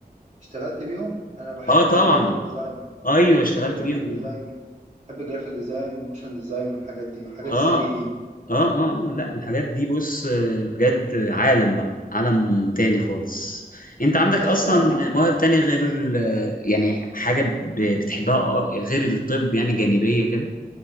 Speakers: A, on the right (about 45°); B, on the left (about 60°).
A: اشتغلت بيهم أنا بحب
B: اه طبعا
A: الجرافيك ديزاين
B: ايوه اشتغلت
A: بحب الجرافيك
B: بيهم
A: ديزاين بحب الجرافيك ديزاين والموشن ديزاين والحاجات دي وحاجات
B: اه
A: الثري
B: اه
A: دي
B: اه اه لا الحاجات دي بص آه، بجد عالم بقى عالم تاني خالص انت عندك
A: بس
B: اصلا
A: يعني
B: مواهب تانية غير ال يعني حاجة ب- بتحبها آه، غير الطب يعني جانبية كده